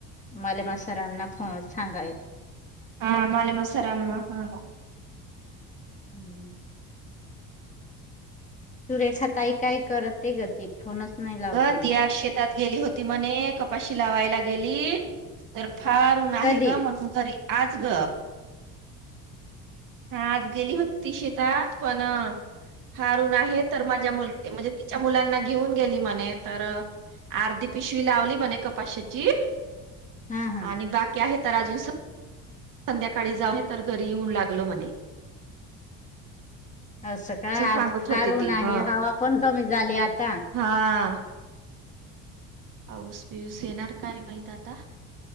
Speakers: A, on the left (about 20°); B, on the right (about 60°).
A: मले मास्तरांना फ सांगाय
B: हा मालेमसारम हा
A: <unintelligible> सुरेखा ताई काय करते ग ती फोनच नाही लावते
B: ग
A: ना.
B: ती आज शेतात गेली होती म्हणे, कपाशी लावायला गेली तर फार ऊन आहे
A: कधी
B: ग म्हणून घरी आज ग हा आज गेली होती शेतात. पण फार ऊन आहे तर माझ्या मु म्हणजे तिच्या मुलांना घेऊन गेली मला ने तर अर्धी पिशवी लावली म्हणे कपाशीची
A: हा हा
B: आणि बाकी आहे तर अजून स संध्याकाळी जाऊन ये, तर घरी येऊन लागलो म्हणे.
A: असं का,
B: सांगत
A: आज फार
B: होती
A: ऊन
B: ती
A: आहे,
B: ह
A: हवा पण कमी झाली आता.
B: हा... पाऊस-पिऊस येणार काय माहित आता.